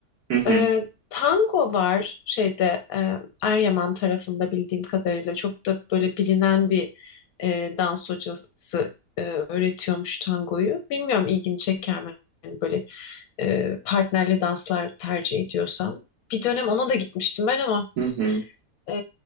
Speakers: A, on the right (about 80°); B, on the left (about 70°).
A: Hı hı.
B: Ee, tango var şeyde e, Eryaman tarafında bildiğim kadarıyla çok da böyle bilinen bir e, dans hocası e, öğretiyormuş tangoyu. Bilmiyorum ilgini çeker mi? Yani böyle e, partnerli danslar tercih ediyorsam. Bir dönem ona da gitmiştim ben ama
A: Hı hı.
B: e,